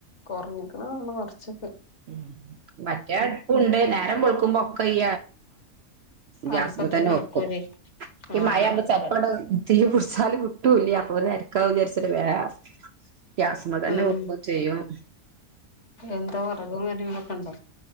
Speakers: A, on the left; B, on the right.
A: കുറഞ്ഞിക്കണ നമ്മള് കുറച്ച്
B: ഉ മറ്റേ അടുപ്പുണ്ട് നേരം വെളുക്കുമ്പോ ഒക്കെ ഈ ഗ്യാസ്പ
A: അടുപ്പത്ത്
B: തന്നെ
A: നടക്കൂലേ
B: വെക്കും ഈ
A: ആഹ്
B: മഴവുമ്പ ചെപ്പട തീ കുടിച്ചാല് കിട്ടൂല്ലേ അപ്പൊ ഒ നിരക്കാ വിചാരിച്ചിട്ട വേറെ ഗ്യാസമ തന്നെ
A: ഉം
B: വെക്കയും ചെയ്യും
A: എന്താ വറകും കാര്യങ്ങളൊക്കെ ഉണ്ടോ